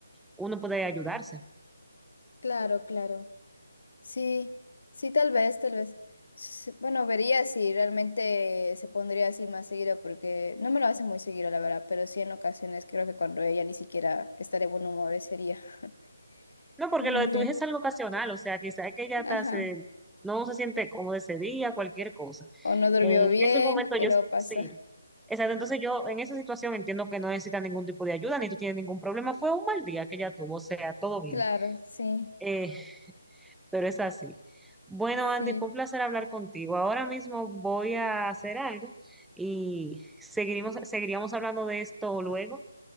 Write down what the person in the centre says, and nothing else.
uno puede ayudarse.
No, porque
lo de tu
hija es algo ocasional, o sea, quizás es que ella
está,
se- no se siente cómoda ese día, cualquier cosa.
Eh,
en ese momento
yo
sí. Exacto, entonces yo en esa situación entiendo que no necesita ningún tipo de ayuda, ni tú tienes ningún problema. Fue un mal día que ella tuvo, o sea, todo bien.
Eh, pero es así. Bueno,
Andy, fue un placer hablar contigo. Ahora mismo voy a hacer algo y seguiremos, seguiríamos hablando de esto luego.